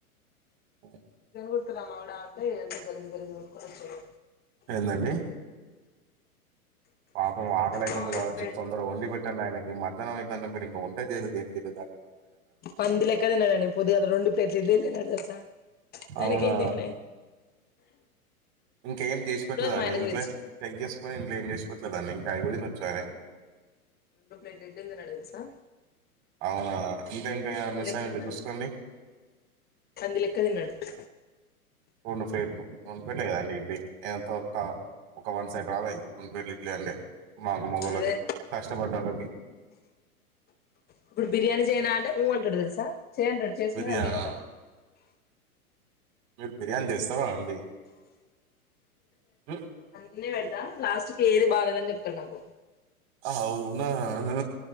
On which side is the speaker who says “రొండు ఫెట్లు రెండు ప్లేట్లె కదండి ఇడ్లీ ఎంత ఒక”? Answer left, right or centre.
Right